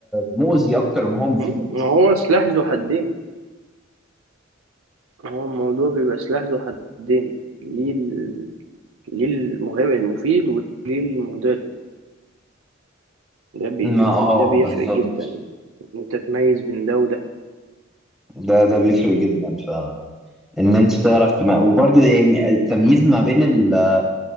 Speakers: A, in the centre; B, on the right (about 80°).
A: مؤذي اكتر ما هو مفيد
B: م. ما هو سلاح ذو حدين هو الموضوع بيبقى سلاح ذو حدين ليه ال- ليه المهم المفيد وليه المضر ده بي...
A: ما اه
B: ده بيفرق
A: بالظبط
B: جدا ان انت تميز بين ده وده
A: ده ده بيفرق جدا فعلا ان انت تعرف تما... وبرضه يعني التمييز ما بين ال-